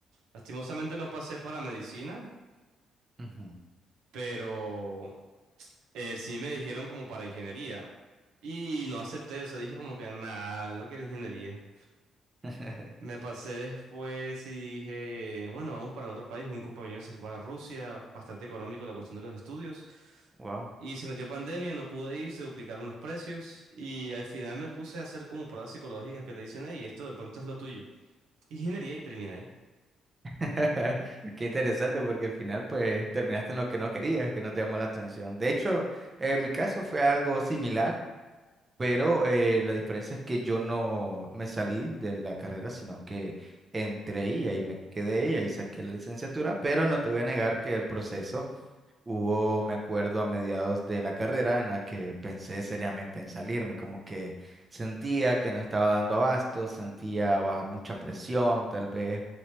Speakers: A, on the right; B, on the right.
A: Lastimosamente no pasé para medicina,
B: ujú.
A: pero Eh, sí me dijeron como para ingeniería y no acepté, o sea, dije como que nada, no quiero ingeniería.
B: <laughs>
A: Me pasé después y dije, bueno, vamos para otro país. Un compañero se fue para Rusia, bastante económico la cuestión de los estudios.
B: Wow.
A: Y se metió pandemia, no pude ir, se duplicaron los precios. Y al final me puse a hacer como pruebas psicológicas que te dicen, hey, esto de pronto es lo tuyo. Ingeniería y terminé ahí.
B: <laughs> Qué interesante porque al final pues terminaste en lo que no querías, que no te llamó la atención. De hecho, en mi caso fue algo similar. Pero eh, la diferencia es que yo no me salí de la carrera, sino que entré y ahí me quedé y ahí saqué la licenciatura, pero no te voy a negar que el proceso hubo, me acuerdo, a mediados de la carrera en la que pensé seriamente en salirme, como que sentía que no estaba dando abasto, sentía baja mucha presión, tal vez,